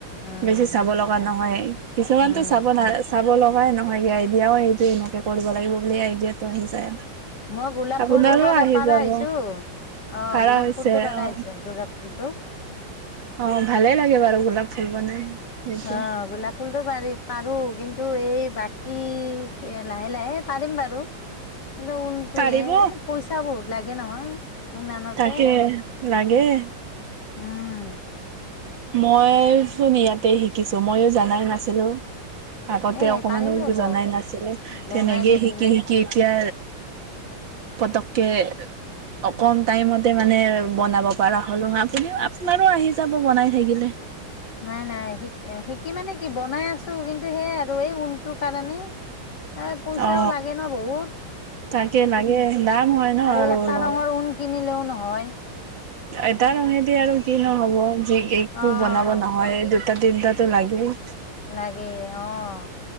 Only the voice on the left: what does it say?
উম
উম,
মই গোলাপ
ফুল টো প
পাৰা
হৈছো অ
গোলাপ
ফুলতটো পাৰা
হৈছো গোলাফুল কিন্তু
অ গোলাপ ফুলতটো পাৰি পাৰো কিন্তু টো এই বাকী লাহে লাহে পাৰিম বাৰু কিন্তু ঊনটোহে
পইচা বহুত লাগে নহয় উনানতে
উম
এ
পাৰিম ৰ'ব
বনাই থাকিলে।
নাই, নাই, শিক- শিকি মানে কি বনাই আছো, কিন্তু সেইয়ে আৰু এই ঊণটো কাৰণে। এ পইচাও
লাগে ন বহুত,
আৰু এটা
ৰঙৰ ঊণ কিনিলেও নহয়।
অ'।
লাগে অ'।